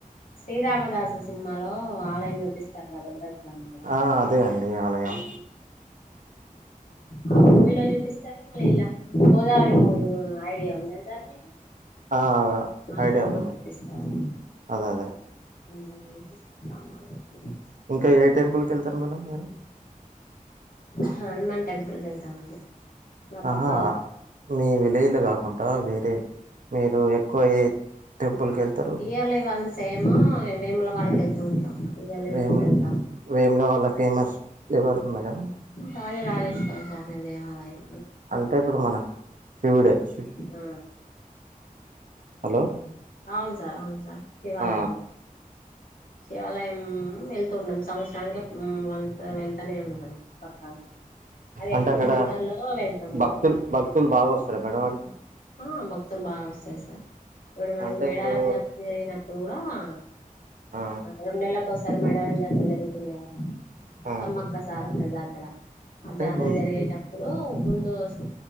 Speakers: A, on the left (about 75°); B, on the right (about 65°).
A: శ్రీరామదాసు సినిమాలో ఆలయం చూపిస్తారుగ భద్రా చల ఆలయం
B: ఆ అదే అండి ఆలయం
A: ఆ మూవీలో చూపిస్తారు మళ్ళ ఇల్లా గోదావరి మూవీలో ఐడియా ఉందా సార్ నీకు
B: ఆ
A: అందులో
B: ఐడియా ఉంది
A: కూడా
B: మేడం
A: చూపిస్తారు
B: అదే అదే
A: వందలో చూపిస్తారు రామాలయం మూవీ
B: ఇంకా ఏ టెంపుల్ కెళ్తారు మేడం మీరు
A: హనుమాన్ టెంపుల్ కి వెళ్తామండి మా పక్క
B: ఆహా మీ విలేజ్లో కాకుండా వేరే మీరు ఎక్కువ ఏ టెంపుల్కి వెళ్తరు
A: ఇయర్లీ వన్స్ ఏమో వేములవాడ కెళ్తూ ఉంటాం ఇయర్లీ
B: వేము
A: వన్స్ వెళ్తాం
B: వేముల వాళ్ళ ఫేమస్ ఎవరు మేడం
A: రాజా రాజేశ్వర స్వామి దేవాలయం
B: అంటే ఇప్పుడు మన శివుడే శివ్
A: ఆ
B: హలో
A: అవును సార్ అవును సార్ శివాలయమే
B: ఆ
A: శివాలయం వెళ్తుంటాం సంవత్సరానికి ఉమ్ అంతా వెళ్తనే ఉంటాం పక్కా అది ఎక్కువ
B: అంటే అక్కడ
A: జనవరిలో వెళ్తాం అన్నమాట
B: భక్తులు భక్తులు బాగా వస్తారా మేడం ఆడికి
A: ఆ భక్తులు బాగా వస్తారు సార్ ఇప్పుడు మనకి
B: అంటే
A: మేడారం
B: ఇప్పుడు
A: జాతర జరిగినప్పుడు గూడా ఆ
B: ఆ
A: రెండేళ్ళకోసారి మేడారం జాతర జరుగుతుంది గదా
B: ఆ
A: తమ్మక్క సారక్క జాతర ఆ
B: అంటే
A: జాతర
B: ముం
A: జరిగేటప్పుడు ముందు శ